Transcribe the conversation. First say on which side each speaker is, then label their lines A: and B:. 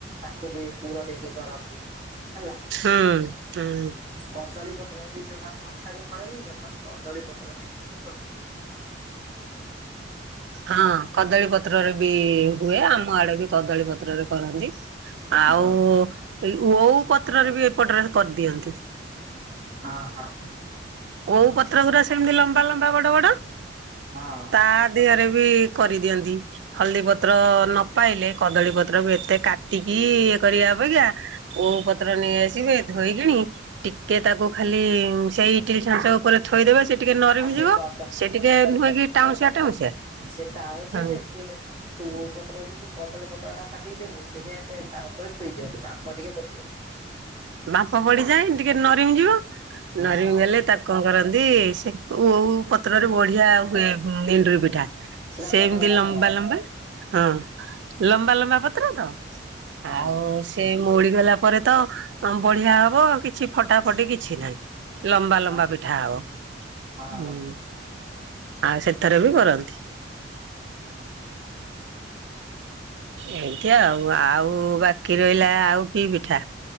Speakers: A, on the right; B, on the right.
A: ତାକୁ ବି ପୁର ଦେଇକି କରନ୍ତି ହେଲା।
B: ହୁଁ ହୁଁ।
A: କଦଳୀ ପତ୍ର ଏଇି ଯୋଉମାନେ ନ ଖାଇଲା <unintelligible> କଦଳୀ ପତ୍ର ଦେଇକି। ବି କରନ୍ତି।
B: ହଁ କଦଳୀ ପତ୍ରରେ ବି ହୁଏ ଆମ ଆଡେ ବି କଦଳୀ ପତ୍ରରେ କରନ୍ତି। ଆଉ
A: ହଁ
B: ଏ ଓଉ ପତ୍ରରେ ବି ଏପଟରେ କରିଦିଅନ୍ତି।
A: ହଁ। ହଁ
B: ଓଉ ପତ୍ର ଗୁଡା ସେମିତି ଲମ୍ବା ଲମ୍ବା ବଡ ବଡ
A: ହଁ।
B: ତା ଦିଅରେ ବି କରିଦିଅନ୍ତି। ହଳଦୀ ପତ୍ର ନ ପାଇଲେ କଦଳୀ ପତ୍ରକୁ ଏତେ କାଟିକି ଇଏ କରିବା ଅପେକ୍ଷା ଓଉ ପତ୍ର ନେଇ ଆସିବେ ଧୋଇକିନି ଟିକେ ତାକୁ ଖାଲି ସେଇ ଇଟିଲ ଛାଞ୍ଚ ଉ ଉପରେ ଥୋଇଦେବେ ସେ ଟିକେ ନରିମି
A: ଆଉ ସେ
B: ଯିବ
A: କଦ
B: ସେ ଟିକେ ନୁହେକି ଟାଉଁସିଆ ଟାଉଁସିଆ।
A: ସେ ତ ଆଉଛ
B: ହଁ
A: ତ ସେ ସବ ପତ୍ର ଯେମିତି କଦଳୀ ପତ୍ର ଟା ଫାଟିଯିବନି ସେଇଟା ଏ ତା ଉପରେ ଥୋଇ ଦିଅନ୍ତି ବାମ୍ପ ଟିକେ ପଡିଯାଇ
B: ବାପ ପଡିଯାଏ ଟିକେ ନରିମ ଯିବ
A: ହଁ
B: ନରିମ ଗଲେ ତାକୁ କଣ କରନ୍ତି ସେ କଉ ପତ୍ରରେ ବଢିଆ ଆଉ ଏଣ୍ଡୁରି ପିଠା
A: ସେଟା
B: ସେ
A: ବଡ
B: ଏମିତି
A: ବଡ
B: ଲମ୍ବା
A: ହବ ହଁ
B: ଲମ୍ବା। ହଁ ଲମ୍ବା ଲମ୍ବା ପତ୍ର ତ
A: ହଁ।
B: ଆଉ ସେ ମଉଳି ଗଲା ପରେ ତ ବଢିଆ ହବ କିଛି ଫଟା ଫଟି କିଛି ନାହିଁ। ଲମ୍ବା
A: ହଁ
B: ଲମ୍ବା ପିଠା ଆଉ
A: ହଁ
B: ହୁଁ। ଆଉ ସେଥିରେ ବି କରନ୍ତି। ଏମତି ଆଉ ଆଉ ବାକି ରହିଲା ଆଉ କି ପିଠା